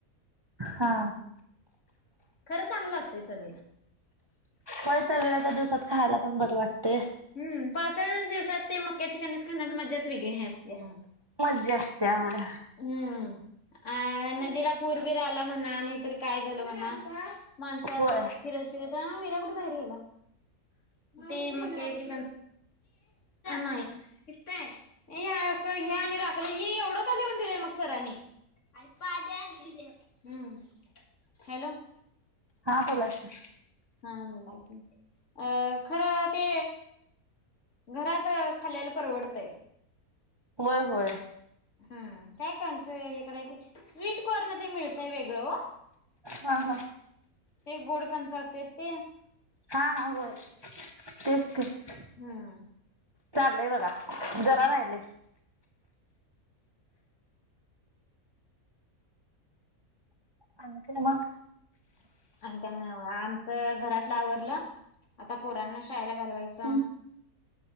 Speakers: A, on the right; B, on the left.
A: हा
B: हम्म हम्म खरं चांगलं लागतंय चवीला.
A: होय चवीला त्या दिवसात खायला पण बर वाटतय.
B: हम् पावसाळ दिवसात ते मक्याचे कणीस खाण्यात मजाच वेगळी असत्या.
A: मज्जा असत्या होय
B: हम्म. अ नदीला पूर बीर आला म्हणा नाहीतर काय झालं म्हणा. माणसं अस
A: होय
B: फिरत फिरत विराकुठ बाहेर गेला, ते म ते जे अस नाही, अस हे आणि राखलय हे एवढं लिहून दिले मग सरनी <unintelligible> हॅलो.
A: हा बोला की?
B: हा बोला अ खरं ते घरात खाल्यालं परवडतंय.
A: होय, होय.
B: हा, काय कंस हे करायचं स्वीट कॉर्न ते मिळतय वेगळं ओ.
A: हा हा.
B: ते गोड कंस असत्यात ते.
A: हा हा होय, तेच ते.
B: हम्म
A: चाललंय बघा, जरा राहिलय. आणि काय? म.
B: आणि काय नाही आमचं घरातलं आवरलं. आता पोरांना शाळेला घालवायचा.
A: हम्म